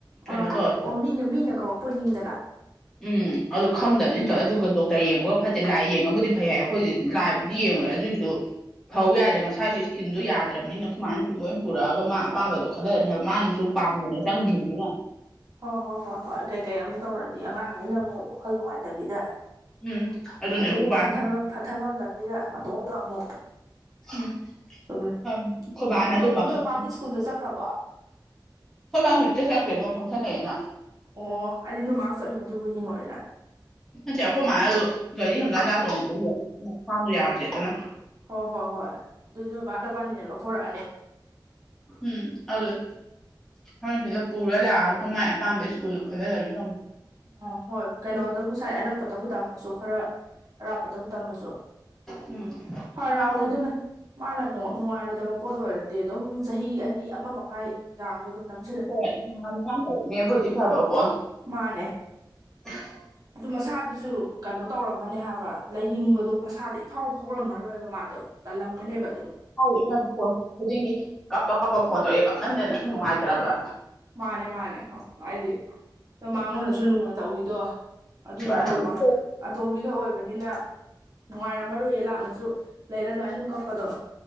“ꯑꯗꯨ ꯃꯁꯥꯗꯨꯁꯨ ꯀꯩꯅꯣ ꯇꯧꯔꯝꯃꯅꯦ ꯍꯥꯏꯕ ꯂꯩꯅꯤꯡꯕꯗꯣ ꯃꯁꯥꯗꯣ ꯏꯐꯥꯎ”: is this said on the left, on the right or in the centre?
Right